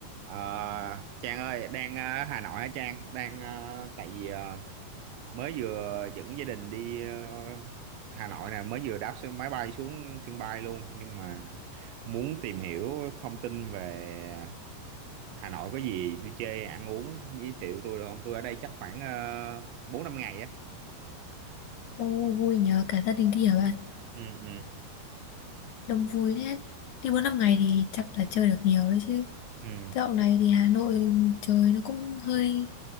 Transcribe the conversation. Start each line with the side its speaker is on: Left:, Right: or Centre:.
Right: Ờ, Trang ơi, đang ờ, Hà Nội hả Trang? Đang ờ, tại vì ờ, mới vừa dẫn gia đình đi ờ, Hà Nội nè, mới vừa đáp sân máy bay xuống sân bay luôn, nhưng mà muốn tìm hiểu thông tin về Hà Nội có gì đi chơi ăn uống giới thiệu tôi được không? Tôi ở đây chắc khoảng 4 5 ngày á.
Left: Ô vui nhờ cả gia đình đi hả bạn?
Right: Ừ ừ
Left: Đông vui thế. Đi 4 năm ngày thì chắc là chơi được nhiều đấy chứ.
Right: ừ.
Left: Dạo này thì Hà Nội trời nó cũng hơi